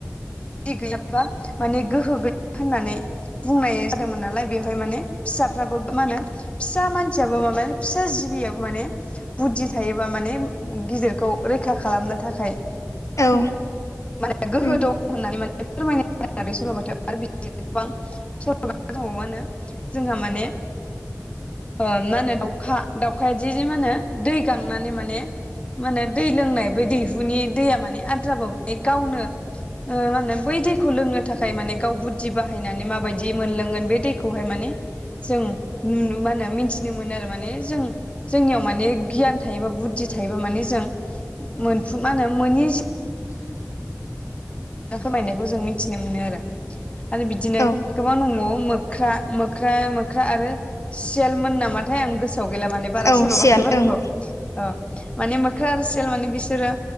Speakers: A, on the left; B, on the left.
A: गैया होननानै बुंनाय जादोंमोन नालाय बेवहाय माने फिसाफ्राबो मा होनो फिसा मानसियाबो माबा फिसा जिबियाबो माने बुद्धि थायोबा माने गिदिरखौ रैखा खालामनो थाखाय
B: औ
A: माने गोहो
B: उम
A: दं होननानै माने फोरमायो बे सल'बथायाव आरो बिदिनो गोबां <unintelligible> जोंहा माने मा होनो दाउखा दाउखाया जि जि मा होनो दै गांनानै माने माने दै लोंनाय बै दैहुनि दैया माने आद्राबाबो बे गावनो मा होनो बै दैखौ लोंनो थाखाय माने गाव बुद्धि बाहायनानै माबायदि मोनलोंगोन बे दैखौहाय माने जों मा होनो मिथिनो मोनो आरो माने जों जोंनियाव माने गियान थायोबा बुद्धि थायोबा माने जों मोनफुं मा होनो मोनि फोरमायनायखौ जों मिथिनो मोनो आरो। आरो बिदिनो
B: औ
A: गोबां दंबावो मोख्रा मोख्रा मोख्रा आरो सियालमोन नामाथाय आं गोसोआव गैला माने बारा
B: औ
A: सल'बाथाफोरखौ।
B: सियाल ओं
A: ओ माने मोख्रा आरो सायालल माने बिसोरो